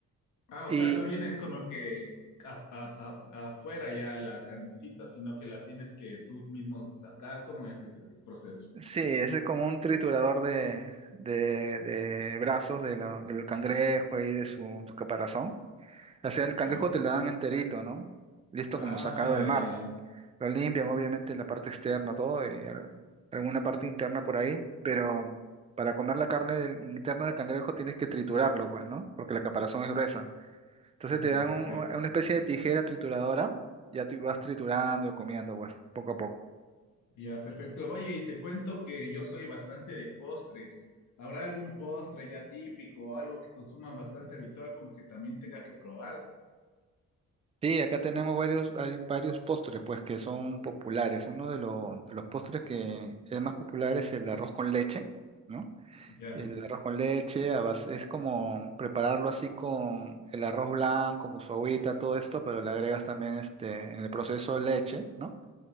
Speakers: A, on the left; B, on the right.
A: Ah, o
B: Y
A: sea, no viene como que af- af- af- afuera ya la carnecita, sino que la tienes que tú mismo sacar. ¿Cómo es ese proceso?
B: sí, ese es como un triturador de, de, de brazos de la- del cangrejo y de su, su caparazón. O sea, el cangrejo
A: Ya.
B: te lo dan enterito, ¿no? Listo
A: Ah,
B: como sacado
A: ya,
B: del mar.
A: ya, ya.
B: Lo limpian, obviamente, la parte externa, todo, y a- alguna parte interna por ahí, pero para comer la carne del, interna del cangrejo tienes que triturarlo, pues, ¿no? Porque la caparazón es gruesa. Entonces
A: Ya,
B: te dan
A: perfecto.
B: un- una especie de tijera trituradora, ya tú vas triturando, comiendo, pues, poco a poco.
A: Ya, perfecto. Oye, y te cuento que yo soy bastante de postres. ¿Habrá algún postre ya típico o algo que consuman bastante habitual como que también tenga que probar?
B: Sí, acá tenemos varios, hay varios postres, pues, que son populares. Uno de, lo- de los postres que es más popular es el arroz con leche, ¿no?
A: Ya,
B: El arroz con leche, a base- es como prepararlo así con el arroz blanco, con su agüita, todo esto, pero le agregas también este, en el proceso leche, ¿no?